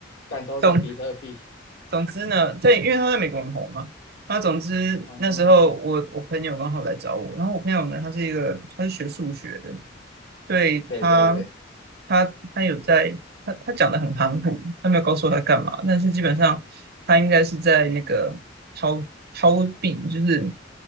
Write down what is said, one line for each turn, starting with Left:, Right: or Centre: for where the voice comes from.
Left: 敢投资比特币？
Right: 总总之呢，在因为他在美国很红嘛，那总之那时候我我朋友刚好来找我，
Left: 嗯哼，
Right: 然后我朋友呢，他是一个他是学数学的，对他，
Left: 对对对，
Right: 他他有在，他他讲的很含糊，他没有告诉我他干嘛，但是基本上他应该是在那个掏掏币，就是